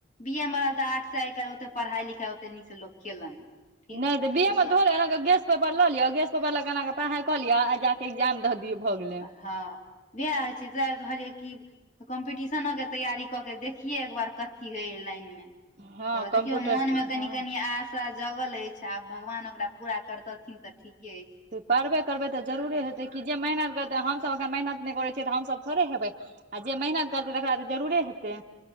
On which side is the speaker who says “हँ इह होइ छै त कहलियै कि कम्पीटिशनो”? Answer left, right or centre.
Left